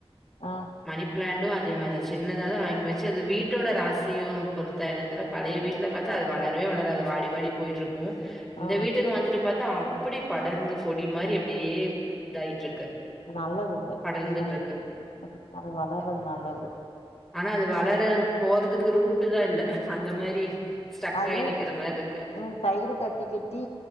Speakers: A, on the left (about 85°); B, in the centre.
A: அ
B: மணி பிளாண்டு அதே மாரிதா சின்னதா தா வாங்கி வச்சே அது வீட்டோட ராசியு பொறுத்தா என்னன்னு தெர்ல பழைய வீட்ல பாத்தா அது வளரவே வளராது வாடி வாடி போயிட்டுருக்கு இந்த
A: ஆ
B: வீட்டுக்கு வந்துட்டு பாத்தா அப்படி படர்ந்து கொடி மாரி அப்டியே இதாயிட்டுருக்கு
A: நல்லது அது
B: படர்ந்துட்டுருக்கு.
A: அ அ அது வளர்றது நல்லது
B: ஆனா அது வளர போறதுக்கு ரூட்டுதா இல்ல அந்த மாரி ஸ்டக்காயி
A: அது
B: நிக்கிற மாரி இருக்கு.
A: ம் கயிறு கட்டி கட்டி